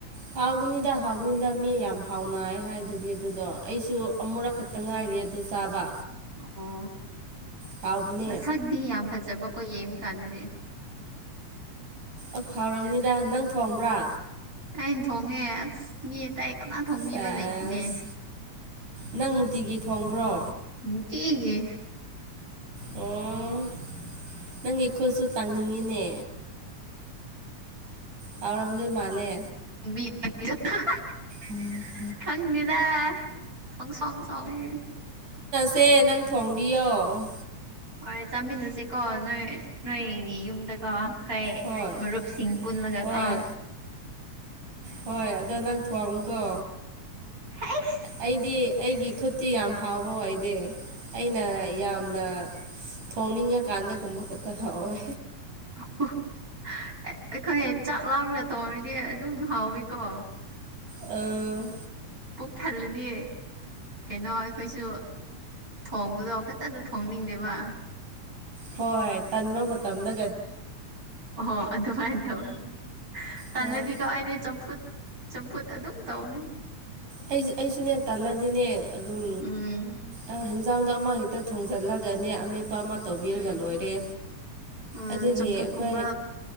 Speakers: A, on the right (about 85°); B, on the right (about 25°).
A: ꯍꯥꯎꯒꯅꯤꯗ ꯍꯥꯎꯒꯅꯤꯗ ꯃꯤ ꯌꯥꯝ ꯍꯥꯎꯅꯏ ꯍꯥꯏꯗꯨꯗꯤ ꯑꯗꯨꯗꯣ ꯑꯩꯁꯨ ꯑꯃꯨꯔꯛ ꯈꯛꯇ ꯉꯥꯏꯔꯤ ꯑꯗꯨ ꯆꯥꯕ
B: ꯑꯣ
A: ꯍꯥꯎꯕꯅꯦ
B: ꯃꯁꯛꯗꯤ ꯌꯥꯝ ꯐꯖꯕꯀꯣ ꯌꯦꯡꯕꯀꯥꯟꯗꯗꯤ
A: ꯑꯐꯥꯎꯔꯝꯅꯤꯗ ꯅꯪ ꯊꯣꯡꯕ꯭ꯔꯥ
B: ꯑꯩꯅ ꯊꯣꯡꯉꯦ ꯑꯁ ꯃꯤ ꯑꯇꯩ ꯀꯅꯥ ꯊꯣꯡꯕꯤꯕ
A: ꯁꯦꯁ
B: ꯂꯩꯇꯦꯅꯦ
A: ꯅꯪ ꯅꯨꯡꯇꯤꯒꯤ ꯊꯣꯡꯕ꯭ꯔꯣ
B: ꯅꯨꯡꯇꯤꯒꯤ
A: ꯑꯣ ꯅꯪ ꯑꯩꯈꯣꯏꯁꯨ ꯇꯥꯡꯅꯤꯡꯉꯤꯅꯦ ꯍꯥꯎꯔꯝꯗꯣꯏ ꯃꯥꯜꯂꯦ
B: <unintelligible>
A: ꯎꯝ <unintelligible>
B: ꯈꯪꯗꯦꯗꯥ ꯁꯣꯡ ꯁꯣꯉ ꯁꯣꯡꯉꯦ
A: ꯁꯦ ꯅꯪ ꯊꯣꯡꯕꯤꯌꯣ
B: ꯍꯣꯏ ꯆꯥꯃꯤꯟꯅꯁꯤꯀꯣ ꯅꯣꯏ ꯅꯣꯏꯒꯤ ꯌꯨꯝꯗꯀꯣ ꯑꯩ
A: ꯍꯣꯏ
B: ꯃꯔꯨꯞꯁꯤꯡ ꯄꯨꯜꯂꯒ
A: ꯍꯣꯏ
B: ꯀꯣ
A: ꯍꯣꯏ ꯑꯗꯣ ꯅꯪ ꯊꯣꯡꯉꯨꯀꯣ
B: ꯑꯩꯁ
A: ꯑꯩꯗꯤ ꯑꯩꯒꯤ ꯈꯨꯠꯇꯤ ꯌꯥꯝ ꯍꯥꯎꯕꯥ ꯑꯣꯏꯗꯦ ꯑꯩꯅ ꯌꯥꯝꯅ ꯊꯣꯡꯅꯤꯡꯉꯀꯥꯟꯗꯒꯨꯝꯕ ꯈꯛꯇ ꯍꯥꯎꯋꯦ
B: ꯍ ꯑꯩꯈꯣꯏ ꯆꯥꯛ ꯂꯥꯝꯔꯒ ꯊꯣꯡꯔꯗꯤ ꯑꯗꯨꯝ ꯍꯥꯎꯋꯤꯀꯣ
A: ꯑꯥ
B: ꯄꯨꯛ ꯊꯜꯂꯗꯤ ꯀꯩꯅꯣ ꯑꯩꯈꯣꯏꯁꯨ ꯊꯣꯡꯕꯗꯣ ꯐꯖꯅ ꯊꯣꯡꯅꯤꯡꯗꯦꯕ
A: ꯍꯣꯏ ꯇꯟꯕ ꯃꯇꯝꯗ
B: ꯍꯣ ꯑꯗꯨꯃꯥꯏꯅ ꯇꯧꯋꯦ ꯇꯜꯂꯗꯤꯀꯣ
A: ꯍꯣꯏ
B: ꯑꯩꯗꯤ ꯆꯝꯐꯨꯠ ꯆꯝꯐꯨꯠ ꯑꯗꯨꯝ ꯇꯧꯅꯤ
A: ꯑꯩ ꯑꯩꯁꯨꯅꯦ ꯇꯜꯂꯗꯤꯅꯦ ꯑꯗꯨꯝ
B: ꯎꯝ
A: ꯑ ꯍꯦꯟꯖꯥꯡꯗꯣ ꯑꯃ ꯍꯦꯛꯇ ꯊꯣꯡꯖꯜꯂꯒꯅꯦ ꯑꯃꯦꯠꯄ ꯑꯃ ꯇꯧꯕꯤꯔꯒ
B: ꯎꯝ
A: ꯂꯣꯏꯔꯦ
B: ꯎꯝ
A: ꯑꯗꯨꯒꯤ
B: ꯆꯝꯐꯨꯠꯀꯨꯝꯕ
A: ꯑꯩꯈꯣꯏ